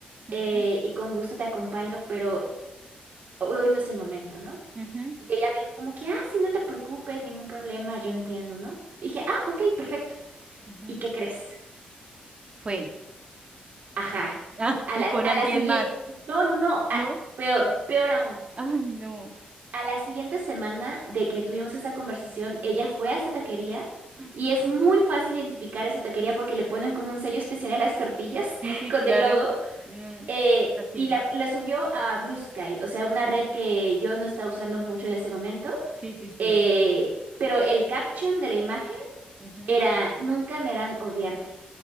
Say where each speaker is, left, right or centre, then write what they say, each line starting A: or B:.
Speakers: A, on the right (about 30°); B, on the right (about 60°).
A: ujú,
B: eh, y con gusto te acompaño, pero hoy no es el momento, ¿no?
A: ujú,
B: Y ella me dijo como que, ah, sí, no te preocupes, ningún problema, yo entiendo, ¿no? Y dije, ah, ok, perfecto.
A: ujú.
B: ¿Y qué crees?
A: Fue.
B: Ajá.
A: Ah,
B: A
A: y
B: la,
A: con
B: a
A: alguien
B: la siguiente,
A: más,
B: no, no, no,
A: ¿no?
B: ah, peor, peor aún.
A: Ay, no.
B: A la siguiente semana de que tuvimos esa conversación, ella fue a esta taquería.
A: <gasps>
B: Y es muy fácil identificar esa taquería porque le ponen como un sello especial a las tortillas <laughs>
A: Sí, sí,
B: con
A: claro.
B: el logo.
A: No,
B: Eh,
A: así.
B: y la, la subió a Blue Sky, o sea, una
A: Ujú.
B: red que yo no estaba usando mucho en ese momento.
A: Sí, sí, sí.
B: Eh, pero el caption de la imagen
A: Ujú.
B: era, nunca me harán odiarte.